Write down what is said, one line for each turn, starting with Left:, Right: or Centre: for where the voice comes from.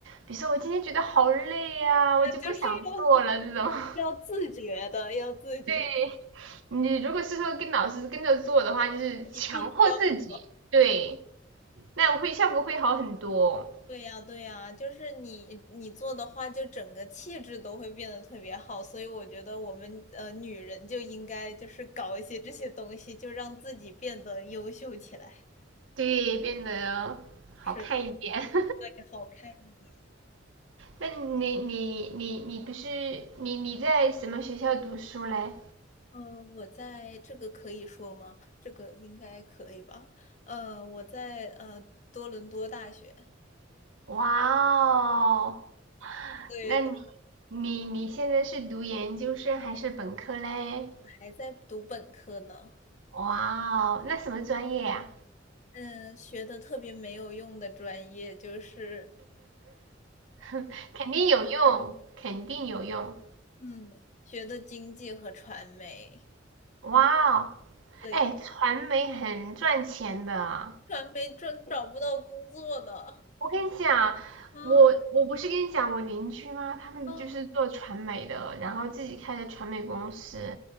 Right: 比如说我今天觉得好累呀、我就不想做了这种。
Left: 那就是要
Right: <laughs>
Left: 要自觉的，要自觉的，
Right: 对，你如果是说跟老师跟着做的话，就是强迫自己，
Left: 你必须要做。
Right: 对，
Left: 对。
Right: 那会效果会好很多，
Left: 对呀，对呀，就是你你做的话，就整个气质都会变得特别好，所以我觉得我们呃女人就应该就是搞一些这些东西，就让自己变得优秀起来。
Right: 对，变得好看一点。
Left: 是的，
Right: <laughs>
Left: 对，好看一点。
Right: 那你你你你不是你你在什么学校读书嘞？
Left: 嗯，我在这个可以说吗？这个应该可以吧？嗯，我在呃多伦多大学，
Right: 哇哦，
Left: 对对，
Right: 那你你你现在是读研究生还是本科嘞？
Left: 还在读本科呢。
Right: 哇哦，那什么专业呀、
Left: 嗯，学的特别没有用的专业就是。
Right: <laughs> 肯定有用，肯定有用。
Left: 嗯，学的经济和传媒，
Right: 哇哦，
Left: 对，
Right: 哎，传媒很赚钱的。
Left: 传媒赚找不到工作的。
Right: 我跟你讲，
Left: 啊
Right: 我我不是跟你讲我邻居吗？他们就是做传媒的，
Left: 啊，
Right: 然后自己开的传媒公司。